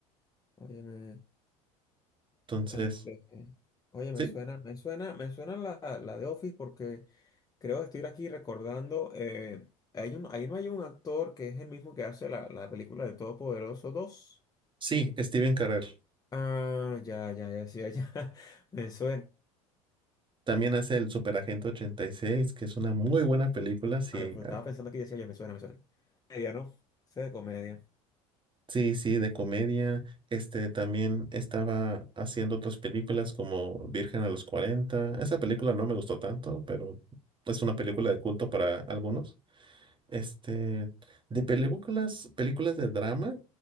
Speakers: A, on the left (about 20°); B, on the right (about 30°).
A: Óyeme.
B: Entonces,
A: Este, oye,
B: sí,
A: me suena, me suena, me suena la, la de Office porque creo que estoy aquí recordando, eh, hay un, ahí no hay un actor que es el mismo que hace la, la película de Todopoderoso dos
B: sí, Steven Carell.
A: Ah, ya, ya, ya, sí, ya, <laughs> me suena.
B: También hace el Superagente 86, que es una muy buena película. Si
A: Vale, pues estaba pensando aquí y decía, oye, me suena, me suena. Comedia, ¿no? Sé de comedia.
B: Sí, sí, de comedia. Este también estaba haciendo otras películas como Virgen a los cuarenta. Esa película no me gustó tanto, pero es una película de culto para algunos. Este, de películas, películas de drama,